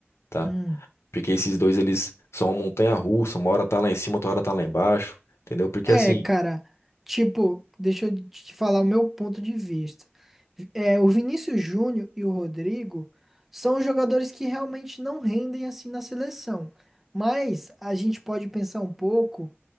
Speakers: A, on the left (about 80°); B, in the centre.
A: tá?
B: Hum.
A: Porque esses dois, eles são uma montanha-russa. Uma hora tá lá em cima, outra hora tá lá embaixo. Entendeu? Porque
B: É,
A: assim,
B: cara, tipo, deixa eu te falar o meu ponto de vista. É, o Vinícius Júnior e o Rodrigo são jogadores que realmente não rendem assim na seleção. Mas a gente pode pensar um pouco.